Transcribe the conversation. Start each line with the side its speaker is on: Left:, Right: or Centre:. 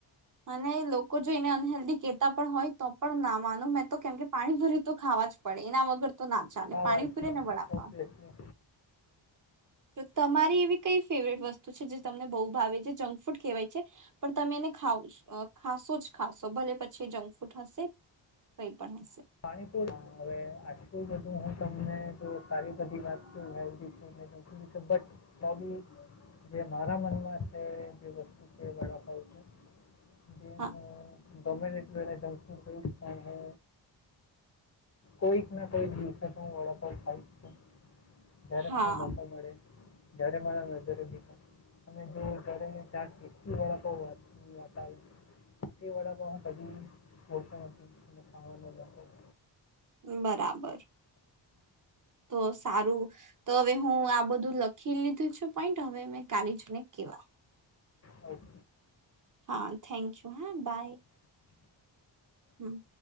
Right: અને લોકો જો એને અનહેલ્ધી કેતા પણ હોય તો પણ નામ ખવાનું મેં તો કેમ કે પાણી ભૂરે્યું તો ખાવા જ પડે એના વગર તો ના ચાલે
Left: ખાવા
Right: પાણી
Left: જ
Right: પૂરે
Left: પણ
Right: ને વડાપાવ.
Left: ઓબ્વિયસલી
Right: તો તમારી એવી કઈ ફેવરેટ વસ્તુ છે જે તમને બહુ ભાવે છે જંક ફૂડ કહેવાય છે પણ તમે એને ખાવ ખાશો જ ખાશો ભલે પછી જંક ફૂડ હશે કઈ પણ હશે
Left: પાણીપુર હવે આટલુ બધું હ તમને તો સારી બધી વાત કે હેલ્ધી ફૂડ જરૂરી છે બટ પણ તો બીજે મારા મનમાં છે જે વસ્તુ વડાપાવ છે. જે
Right: હા
Left: હ દોમે દ મેરા જંક ફુડ ક સ્થાન હૈ કોઈક ના કોઈક દિવસે તો હુ વડાપાઉં ખાઉજ છું. ત્યારે
Right: હા
Left: મને મોકો મળે. જ્યારે મારા નજરે જો જ્યારે વડાપાવ તેળ <inaudible> કો હ કતો નથી ખાવા
Right: બરાબર. તો સારું તો હવે હું આ બધું લખી લીધું છું પોઈન્ટ હવે મેં કાલીજ ને કેવા
Left: ઓકે.
Right: હા થેન્ક યુ હા બાય હમ.